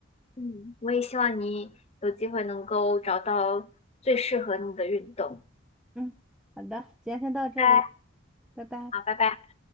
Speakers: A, on the left; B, in the centre.
A: 嗯，我也希望你有机会能够找到最适合你的运动。
B: 嗯，好的，今天先到这里，
A: 拜拜，
B: 拜拜。
A: 好，拜拜。